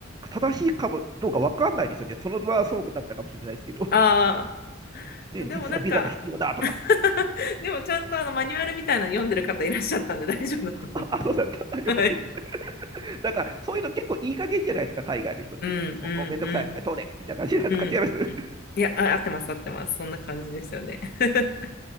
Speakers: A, on the right (about 20°); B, on the left (about 50°).
A: 正しいかもどうかわかんないですよね。その場はそうだったかもしれないですけど、
B: あ
A: ね、
B: あ、でもなんか、
A: 実はビザが必要だとか。
B: <laughs> でもちゃんとあのマニュアルみたいなの読んでる方いらっしゃったんで大丈夫だと思いま
A: あ、あそうだった。あよかったよ
B: す。はい
A: なんか、そういうの結構いい加減じゃないですか、海外の人って。
B: うんうんうん
A: もう、もうめんどくさい。通れ。みたいな感じなんですか違います。
B: うんうん。
A: <laughs> なる
B: いや、あ、合ってます、合ってます。そんな感じですよね。<laughs>